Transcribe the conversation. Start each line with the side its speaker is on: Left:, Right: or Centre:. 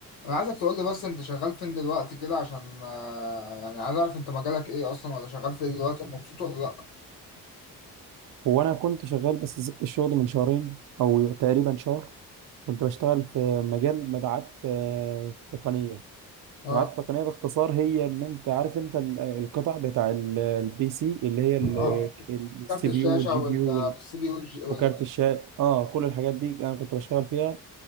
Left: انا عايزك تقول لي بس انت شغال فين دلوقتي كده عشان آه، يعني عايز اعرف انت مجالك ايه اصلا ولا شغال في ايه دلوقتي ومبسوط ولا لا
Right: هو انا كنت شغال بس سبت الشغل من شهرين او تقريبا شهر كنت بشتغل في مجال مبيعات آه، تقنيه
Left: اه
Right: مبيعات تقنيه باختصار هي ان انت عارف انت ال- آه، القطع بتاع ال- البي سي اللي هي
Left: اه
Right: السي
Left: كارت الشاشه
Right: بي يو والجي
Left: وال-
Right: بي يو
Left: والسي بي يو والج-
Right: وكارت
Left: وال...
Right: الشاشه اه كل الحاجات دي انا كنت بشتغل فيها